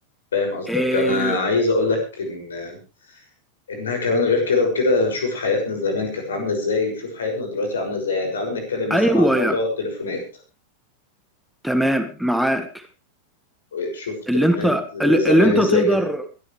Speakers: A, on the left (about 65°); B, in the centre.
A: فاهم قصدك
B: آه،
A: انا عايز اقول لك ان انها كمان غير كده وكده شوف حياتنا زمان كانت عامله ازاي وشوف حياتنا دلوقتي عامله ازاي يعني تعال نتكلم مثلا
B: أيوه
A: عن موضوع
B: يا
A: التليفونات
B: تمام معاك
A: شوف التليفونات
B: اللي انت اللي
A: زمان
B: انت
A: ازاي
B: تقدر
A: كده